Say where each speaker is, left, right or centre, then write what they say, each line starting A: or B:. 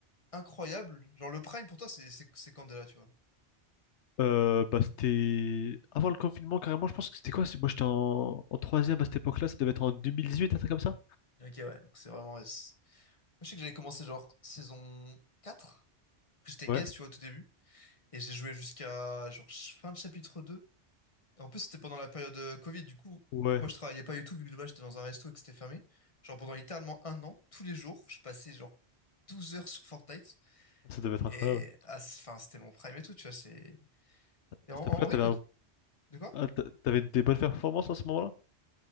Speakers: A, on the left; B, on the left.
A: incroyable. Genre, le Prime, pour toi, c'est c'est c'est Candela, tu vois.
B: Euh, bah, c'était avant le confinement, carrément. Je pense que c'était quoi? c'est- Moi, j'étais en... en troisième à cette époque-là. Ça devait être en 2018, un truc comme ça?
A: Ok, ouais. Donc, c'est vraiment... ouais, c'est- Moi, je sais que j'avais commencé, genre, saison 4. Après, j'étais
B: Ouais.
A: guest, tu vois, au tout début. Et j'ai joué jusqu'à genre ch- fin de chapitre deux Et en plus, c'était pendant la période euh, Covid. Du coup,
B: Ouais.
A: vu que moi, je travaillais pas du tout, vu que de base, j'étais dans un resto et que c'était fermé. Genre, pendant littéralement un an, tous les jours, je passais genre 12 heures sur Fortnite.
B: Ça devait être incroyable.
A: Et ah, c- enfin, c'était mon prime et tout, tu vois. C'est... Et en,
B: À cette
A: en-
B: époque-là,
A: en vrai,
B: t'avais
A: quand...
B: un-
A: De quoi?
B: ah, t'a- t'avais des bonnes performances à ce moment-là?